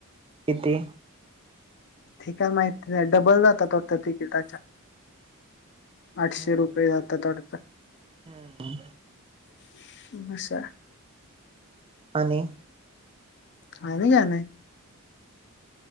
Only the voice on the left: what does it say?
ते काय माहिती नाय डबल जातात वाटतं तिकीटाच्या.
आठशे रुपये जातात वाटतं
<unintelligible>
आणि काय नाही